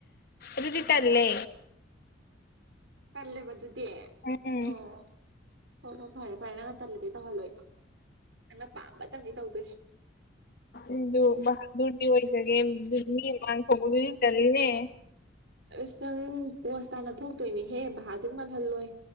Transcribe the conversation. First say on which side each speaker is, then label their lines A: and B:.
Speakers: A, on the left; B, on the right.
A: ꯑꯗꯨꯗꯤ ꯇꯂꯦ
B: ꯀꯜꯦ ꯃꯗꯨꯨ ꯗꯦ
A: ꯎꯝ
B: ꯑꯣ ꯍ ꯍꯣꯏ ꯐꯔꯦ ꯐꯔꯦ ꯅꯪ ꯉ ꯇꯜꯂꯗꯤ ꯇꯧꯍꯜꯂꯣꯏꯗ ꯅꯪꯅ ꯄꯥꯝꯕꯇꯪꯗꯤ ꯇꯧꯗꯣꯏꯁꯦ
A: ꯑꯗꯨ ꯔꯇꯤ ꯑꯣꯏꯖꯒꯦ ꯃꯤ ꯃꯥꯡ ꯐꯗꯨꯅꯤ ꯇꯅꯦ
B: ꯑꯁ ꯅꯪ ꯄꯣꯁ ꯇꯥꯅ ꯊꯣꯛꯇꯣꯏꯅꯦꯍꯦ ꯚ ꯑꯗꯨ ꯃꯥꯜꯍꯜꯂꯣꯏ